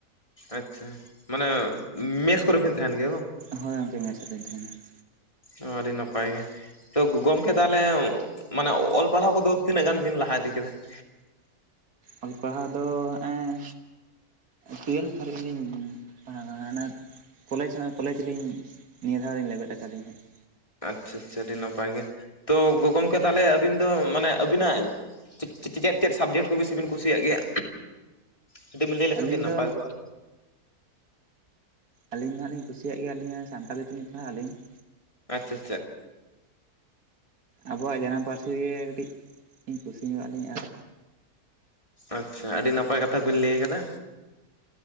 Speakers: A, on the left; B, on the right.
A: ᱟᱪᱪᱷᱟ, ᱢᱟᱱᱮ ᱢᱮᱥ ᱠᱚᱨᱮ ᱵᱮᱱ ᱛᱟᱦᱮᱱ ᱜᱮᱭᱟ ᱵᱟᱝ?
B: ᱦᱳᱭ ᱜᱚᱢᱠᱮ ᱢᱮᱥ ᱨᱮᱞᱤᱧ ᱛᱟᱦᱮᱱᱟ ᱾
A: ᱚ ᱟᱹᱰᱤ ᱱᱟᱯᱟᱭ ᱜᱮ ᱾ ᱛᱚ ᱜᱚᱢᱠᱮ ᱛᱟᱦᱚᱞᱮ ᱢᱟᱱᱮ ᱚᱞ ᱯᱟᱲᱦᱟᱣ ᱠᱚᱫᱚ ᱛᱤᱱᱟᱹᱜ ᱜᱟᱱ ᱵᱤᱱ ᱞᱟᱦᱟ ᱤᱫᱤ ᱠᱮᱫᱟ? <inaudible>
B: ᱚᱞ ᱯᱟᱲᱦᱟᱣ ᱫᱚ ᱦᱮᱸᱜ-ᱮ ᱴᱩᱭᱮᱞᱵᱽ ᱫᱷᱟᱹᱨᱤᱡ ᱞᱤᱧ ᱯᱟᱲᱦᱟᱣ <unintelligible> ᱠᱚᱞᱮᱡᱽ ᱦᱟᱸᱜ ᱠᱚᱞᱮᱡᱽ ᱞᱤᱧ ᱱᱤᱭᱟᱹ ᱫᱷᱟᱣ ᱞᱤᱧ ᱞᱮᱵᱮᱫ ᱟᱠᱟᱫ ᱞᱤᱧ ᱦᱟᱸᱜ ᱾
A: ᱟᱪᱪᱷᱟ ᱟᱪᱪᱷᱟ ᱟᱹᱰᱤ ᱱᱟᱯᱟᱭ ᱜᱮ, ᱛᱚ ᱜᱚ ᱜᱚᱢᱠᱮ ᱛᱟᱦᱚᱞᱮ ᱟᱹᱵᱤᱱ ᱫᱚ ᱢᱟᱱᱮ ᱟᱹᱵᱤᱱᱟᱜ ᱪᱮ ᱪᱮᱫ ᱪᱮᱫ ᱥᱟᱵᱡᱮᱠᱴ ᱠᱚ ᱵᱮᱥᱤ ᱵᱤᱱ ᱠᱩᱥᱤᱭᱟᱜ ᱜᱮᱭᱟ? ᱠᱟᱹᱴᱤᱡ ᱵᱤᱱ ᱞᱟᱹᱭ ᱞᱮᱠᱷᱟᱱ
B: ᱟᱹᱞᱤᱧ
A: ᱟᱹᱰᱤ ᱱᱟᱯᱟᱭ
B: ᱫᱚ
A: ᱠᱚᱜᱼᱟ ᱟᱨᱠᱤ?
B: ᱟᱹᱞᱤᱧ ᱱᱟᱦᱟᱜ ᱞᱤᱧ ᱠᱩᱤᱭᱟᱜ ᱜᱮᱭᱟ ᱞᱤᱧ ᱥᱟᱱᱛᱟᱲᱤ ᱛᱮᱞᱤᱧ ᱯᱟᱲᱦᱟᱜ ᱟᱹᱞᱤᱧ ᱾
A: ᱟᱪᱪᱷᱟ ᱟᱪᱪᱷᱟ ᱾
B: ᱟᱵᱚᱣᱟᱜ ᱡᱟᱱᱟᱢ ᱯᱟᱹᱨᱥᱤ ᱜᱮ ᱠᱟᱹᱴᱤᱡ ᱤᱧ ᱠᱩᱥᱤ ᱧᱚᱜ-ᱟ ᱞᱤᱧ ᱟᱨ
A: ᱟᱪᱪᱷᱟ ᱟᱹᱰᱤ ᱱᱟᱯᱟᱭ ᱠᱟᱛᱷᱟ ᱵᱤᱱ ᱞᱟᱹᱭ ᱟᱠᱟᱫᱟ